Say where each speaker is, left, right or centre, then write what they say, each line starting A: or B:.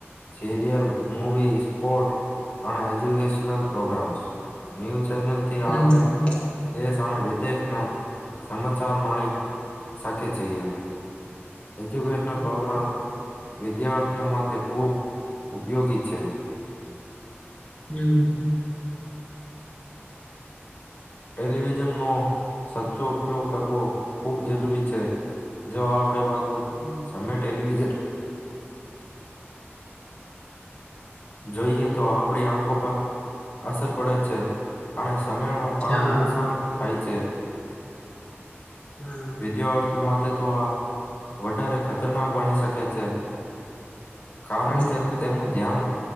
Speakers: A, on the left; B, on the left.
A: સીરિયલ. મવી સ્પોર્ટ અને એજ્યુકેશન પ્રોગ્રામ્ ન્યુ. ચેનલ થી
B: હમ
A: આપણેે દેશ. ત વિદેશના. સમાચાર માળિ શકે છેે. એજ્યુકેશનલ
B: હમ
A: પ્રોગ્રામ. વિદ્યાર્થીઓ માટે ખૂબ ઉપયોગી છે.
B: હમ્મ
A: ટેલિવિઝનનો સાચ્ચો ઉપયોગ કરવો ખૂબ જરૂરી છે જો આપણેે વાંધું
B: હમ
A: સમય ટેલિવિઝન. જોઈએ તો આપડી આંખો પર અસર પડે છે અને. તમેણું પાન
B: હા
A: નુકસાન થાય છે.
B: હા
A: વિદ્યારર્થીઓ માટે તો આ. વધારે ખતરનાક બની શકે છે. કારણ
B: હમ
A: કે તેનું ધ્યાન.